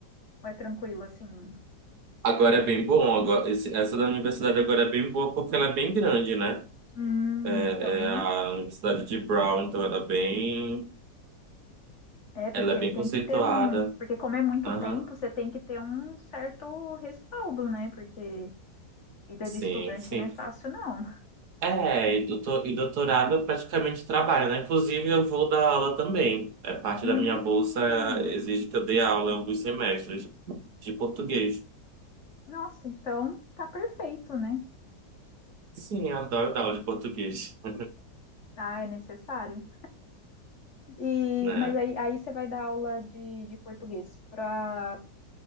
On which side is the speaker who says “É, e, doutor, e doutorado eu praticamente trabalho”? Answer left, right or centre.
Right